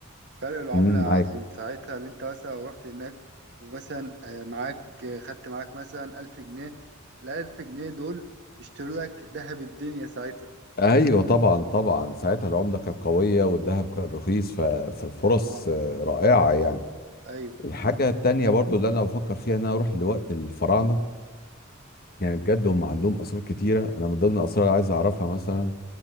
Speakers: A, on the right (about 55°); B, on the left (about 45°).
A: فرق العملة
B: مم،
A: عن
B: معاك
A: ساعتها اللي انت مثلا لو رحت هناك ومثلا آه، معاك آه، خدت معاك مثلا ألف جنيه الألف جنيه دول يشتروا لك ذهب الدنيا ساعتها
B: أيوة طبعا طبعا ساعتها العملة كانت قوية والذهب كان رخيص ف- فالفرص
A: اه
B: آه، رائعة يعني
A: ايوه
B: الحاجة التانية برضو اللي أنا بفكر فيها إن أنا أروح لوقت الفراعنة يعني بجد هم عندهم أسرار كتيرة أنا من ضمن الأسرار اللي عايز أعرفها مثلا